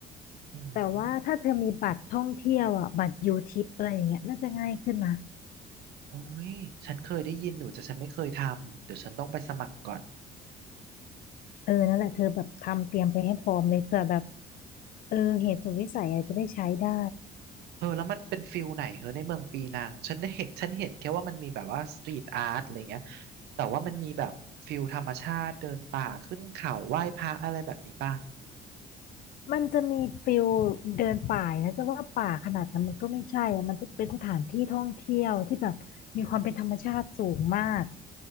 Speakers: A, on the right; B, on the left.
A: อืม
B: แต่ว่าถ้าเธอมีบัตรท่องเที่ยวอ่ะบัตรยูทิปอะไรอย่างเงี้ยน่าจะง่ายขึ้นนะ
A: โอ้ยฉันเคยได้ยินอยู่แต่ฉันไม่เคยทำเดี๋ยวฉันต้องไปสมัครก่อน
B: เออนั่นแหละเธอแบบทำเตรียมไปให้พร้อมเลยเผื่อแบบเออเหตุสุดวิสัยอะไรจะได้ใช้ได้
A: เออแล้วมันเป็นฟิลไหนเออในเมืองปีนังฉันได้เห็นฉันเห็นแค่ว่ามันมีแบบว่าสตรีทอาร์ตอะไรเงี้ยแต่ว่ามันมีแบบฟิลธรรมชาติเดินป่าขึ้นเขาไหว้พระอะไรแบบนี้ป่ะ
B: มันจะมีฟิลเดินป่านะจะว่าป่าขนาดนั้นมันก็ไม่ใช่อะมันจะเป็นสถานที่ท่องเที่ยวที่แบบมีความเป็นธรรมชาติสูงมาก
A: อ๋อ